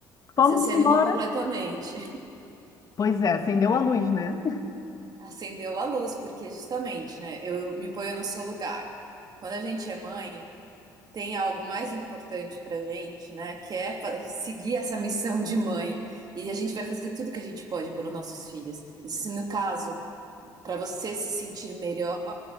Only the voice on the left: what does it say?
Vamos
embora.
Pois é, acendeu a luz, né?